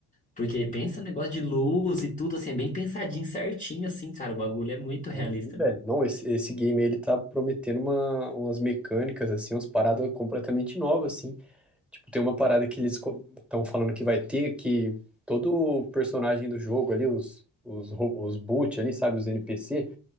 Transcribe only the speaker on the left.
Porque pensa negócio de luz e tudo, assim, é bem pensadinho, certinho, assim, cara. O bagulho é muito realista.
né?